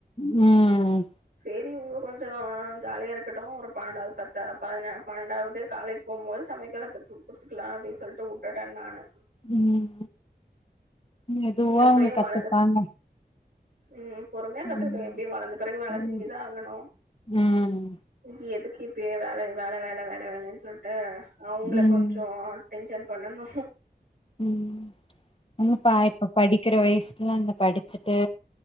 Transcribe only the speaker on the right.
சேரி இவுங்க கொஞ்ச ஜாலியா இருக்கட்டு ஒரு பன்னண்டாவ்து பத்தா பதின பன்னண்டாவுது காலேஜ் போம்மோது சமக்ககத்து குட்த்துக்லா அப்டின் சொல்ட்டு உட்டுட்ட நானு
எப்டியு
வளந்த ம் பொறும்யா கத்துக்குட்டு
எப்டியு வளந்த பெறகு வேல
செஞ்சுதா ஆகணு
இ எதுக்கு இப்யே வேல வேல வேல வேல வேலன் சொல்ட்டு அவ்ங்ள
கொஞ்சோ டென்ஷன் பண்ணனு